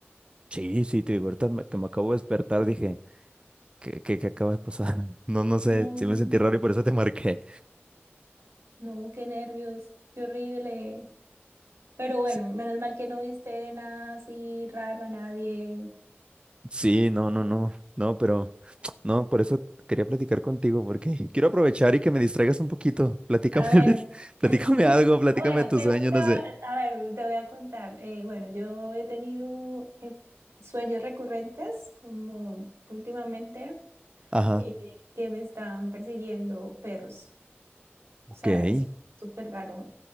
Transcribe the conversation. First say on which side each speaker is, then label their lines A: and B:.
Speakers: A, on the right; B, on the right.
A: Sí, sí, te digo, ahorita me- que me acabo de despertar dije, ¿qué, qué, qué acaba de pasar? <laughs> No, no sé,
B: No.
A: sí me sentí raro y por eso te marqué.
B: No, qué nervios, qué horrible. Pero bueno,
A: Sí,
B: menos mal que no viste nada así raro a nadie.
A: sí, no, no, no, no, pero, <tsk> no, por eso quería platicar contigo, porque quiero aprovechar y que me distraigas un poquito. Platícame,
B: Ah,
A: <laughs>
B: bueno.
A: platícame algo,
B: Ah,
A: platícame
B: Bueno,
A: tus
B: te,
A: sueños,
B: te
A: no
B: a
A: sé.
B: ver, te voy a contar. Eh, bueno, yo he tenido eh, sueños recurrentes, como últimamente,
A: Ajá.
B: eh, que me están persiguiendo perros.
A: Ok,
B: O sea,
A: ¿en
B: es súper raro.